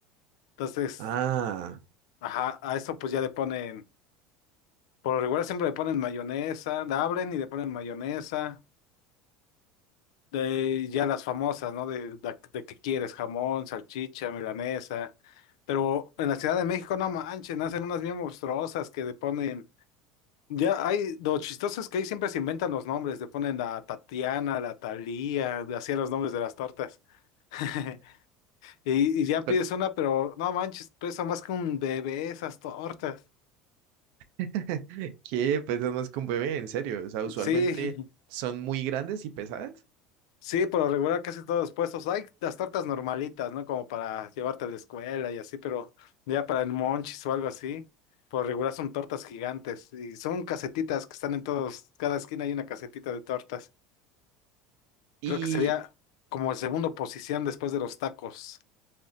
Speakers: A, on the left; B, on the right.
A: Entonces,
B: Ah,
A: ajá, a eso pues ya le ponen... Por lo regular siempre le ponen mayonesa, la abren y le ponen mayonesa, de ya las famosas, ¿no? De, de, de que quieres, jamón, salchicha, milanesa. Pero en la Ciudad de México, no manchen, hacen unas bien monstruosas que le ponen. Ya hay, lo chistoso es que ahí siempre se inventan los nombres, le ponen la Tatiana, la Thalía, así los nombres de las tortas. <laughs> Y, y ya
B: pero,
A: pides una, pero no manches, pesa más que un bebé esas tortas.
B: <laughs> ¿qué? Pesas más que un bebé, en serio. O sea, usualmente
A: Sí,
B: son muy grandes y pesadas.
A: Sí, por lo regular casi todos los puestos. Hay las tortas normalitas, ¿no? Como para llevarte a la escuela y así, pero ya para el monchis o algo así, por lo regular son tortas gigantes y son casetitas que están en todos, cada esquina hay una casetita de tortas. Creo
B: Y...
A: que sería como el segundo posición después de los tacos.